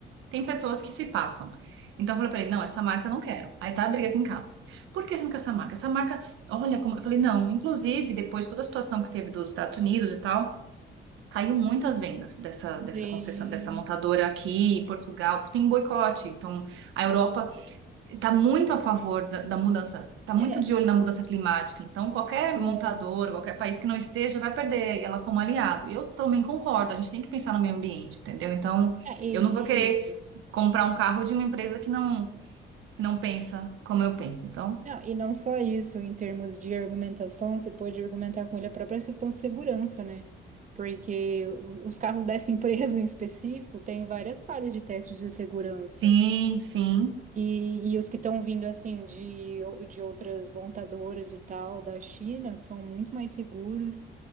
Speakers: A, on the right; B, on the right.
A: tem pessoas que se passam. Então, eu falei pra ele, não, essa marca eu não quero. Aí tá a briga aqui em casa. Por que você não quer essa marca? Essa marca, olha como... Eu falei, não, inclusive, depois de toda a situação que teve dos Estados Unidos e tal, caiu muitas vendas dessa, dessa
B: sim.
A: concession- dessa montadora aqui em Portugal, porque tem um boicote. Então, a Europa está muito a favor da, da mudança, está muito
B: É.
A: de olho na mudança climática. Então, qualquer
B: Hum.
A: montador, qualquer país que não esteja, vai perder e ela como aliado. E Eu também concordo, a gente tem que pensar no meio ambiente, entendeu? Então,
B: É, e,
A: eu não vou querer comprar um carro de uma empresa que não, que não pensa como eu penso. Então,
B: Não, e não só isso, em termos de argumentação, você pode argumentar com ele a própria questão de segurança, né? Porque o- os carros dessa <laughs> empresa em específico têm várias falhas de testes de segurança.
A: sim, sim.
B: E, e os que estão vindo, assim, de, de outras montadoras e tal, da China, são muito mais seguros.